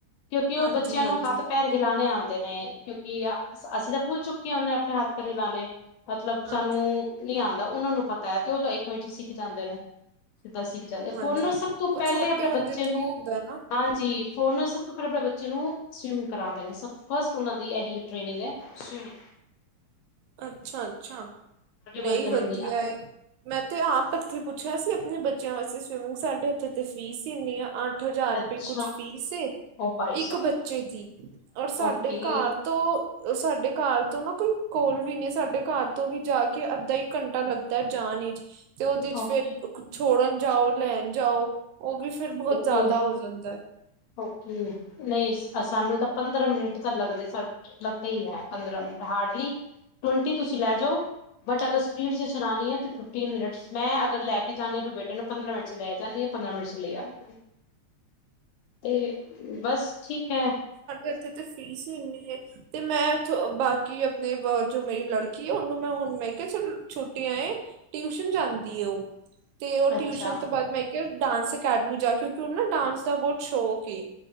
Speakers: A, on the left; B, on the right.
A: ਕਿਉਂਕਿ ਉਹ
B: ਹਾਂਜੀ
A: ਬੱਚਿਆਂ
B: ਹਾਂਜੀ
A: ਨੂੰ ਹੱਥ ਪੈਰ ਹਿਲਾਣੇ ਆਂਦੇ ਨੇ। ਕਿਉਂਕਿ ਅਸੀਂ ਤਾਂ ਭੁੱਲ ਚੁੱਕੇ ਹੁੰਨੇ ਆਪਣੇ ਹੱਥ ਪੈਰ ਹਿਲਾਣੇ। ਮਤਲਬ
B: ਹਾਂਜੀ
A: ਸਾਨੂੰ ਨੀ ਆਂ ਉਹਨਾਂ ਨੂੰ ਪਤਾ ਹੈ, ਤੇ ਉਹ ਤਾਂ ਇੱਕ ਮਿੰਟ ਚ ਸਿੱਖ ਜਾਂਦੇ ਨੇ ਦਸੀ ਜਾਂਦੇ
B: ਹਾਂਜੀ
A: ਫੋਨ ਨੂੰ ਸਭ ਤੋਂ
B: ਉਹ
A: ਪਹਿਲੇ
B: ਛੋਟੇ
A: ਆਪਣੇ
B: ਹੁੰਦੇ
A: ਬੱਚੇ
B: ਤੋਂ
A: ਨੂੰ
B: ਹੀ ਹੁੰਦਾ ਨਾ
A: ਹਾਂਜੀ ਫੋਨ ਨਾਲ ਸਭ ਤੋਂ ਪਹਿਲਾਂ ਆਪਣੇ ਬੱਚੇ ਨੂੰ ਸਵਿਮ ਕਰਾਉਂਦੇ ਨੇ, ਸਭ ਤੋਂ ਫਸਟ ਉਹਨਾਂ ਦੀ ਇਹੀ ਟ੍ਰੇਨਿਗ ਹੈ, ਸਵੀਮਿੰਗ।
B: ਅੱਛਾ-ਅੱਛਾ। ਨਹੀਂ
A: ਵਰਗਿਆਂ
B: ਵਧੀਆ
A: ਨੂੰ ਨੀ ਆਂਦੀ।
B: ਏ, ਮੈਂ ਤੇ ਆਪ ਏਥੇ ਪੁ ਪੁੱਛਿਆ ਸੀਂ ਆਪਣੇ ਬੱਚਿਆਂ ਵਾਸਤੇ ਸਵੀਮਿੰਗ ਸਾਡੇ ਉੱਥੇ ਤੇ ਫੀਸ ਹੀ ਇੰਨੀ ਆ ਅੱਠ ਹਜ਼ਾਰ ਰੁਪਏ
A: ਅੱਛਾ
B: ਕੁਛ ਫੀਸ ਏ,
A: ਓ ਭਾਈ
B: ਇੱਕ
A: ਸਾਹਿਬ
B: ਬੱਚੇ ਦੀ ਔਰ ਸਾਡੇ
A: ਓਕੇ
B: ਘਰ ਤੋਂ ਸਾਡੇ ਘਰ ਤੋਂ ਨਾ ਕੋਈ ਕੋਲ ਵੀ ਨੀ, ਸਾਡੇ ਘਰ ਤੋਂ ਵੀ ਜਾ ਕੇ ਅੱਧਾ -ਇੱਕ ਘੰਟਾ ਲੱਗਦਾ ਜਾਣ ਵਿਚ ਤੇ ਉਹਦੇ ਚ
A: ਓਕੇ
B: ਫੇਰ ਕੁ ਚੁ ਛੋੜਨ ਜਾਓ, ਲੈਣ ਜਾਓ ਉਹ ਵੀ ਫਿਰ ਬਹੁਤ
A: ਓਕੇ
B: ਜ਼ਿਆਦਾ ਹੋ ਜਾਂਦਾ ਹੈ।
A: ਓਕੇ, ਨਹੀਂ ਸਾਨੂੰ ਤਾਂ ਪੰਦਰਾਂ ਮਿੰਟ ਤਾਂ ਲੱਗਦੇ ਸ ਲੱਗਦੇ ਹੀ ਹੈ ਪੰਦਰਾਂ ਮਿੰਟ, ਹਾਰਡਲੀ ਟਵੰਟੀ ਤੁਸੀਂ ਲੈ ਜਾਓ, ਬਟ ਅਗਰ ਸਪੀਡ ਚ ਚਲਾਉਣੀ ਹੈ ਤਾਂ ਫਿਫਟੀਨ ਮਿੰਨਟਸ ਮੈਂ ਅਗਰ ਲੈ ਕੇ ਜਾਂਦੀ ਹਾਂ ਅਪਣੇ ਬੇਟੇ ਨੂੰ ਪੰਦਰਾਂ ਮਿੰਟ 'ਚ ਲੈ ਜਾਂਦੀ ਹਾਂ ਪੰਦਰਾਂ ਮਿੰਟ 'ਚ ਲੈ ਆਉਦੀ ਹਾਂ। ਤੇ ਬਸ ਠੀਕ ਹੈ।
B: ਇਥੇ ਤੇ ਫੀਸ ਹੀ ਇੰਨੀ ਏ, ਤੇ ਮੈਂ ਥ ਬਾਕੀ ਆਪਣੇ ਜੋ ਮੇਰੀ ਲੜਕੀ ਆ ਉਹਨੂੰ ਮੈਂ ਹੁਣ ਮੈਂ ਕਿਹਾ ਚਲ ਛੁੱਟੀਆਂ ਏ ਟਿਊਸ਼ਨ ਜਾਂਦੀ ਆ ਉਹ ਤੇ ਉਹ
A: ਅੱਛਾ
B: ਟਿਊਸ਼ਨ ਤੋਂ ਬਾਅਦ ਮੈਂ ਇੱਕ ਕਿ ਡਾਂਸ ਅਕੈਡਮੀ ਜਾ, ਕਿਉਂਕਿ ਉਹਨੂੰ ਨਾ ਡਾਂਸ ਦਾ ਬਹੁਤ ਸ਼ੌੰਕ ਏ।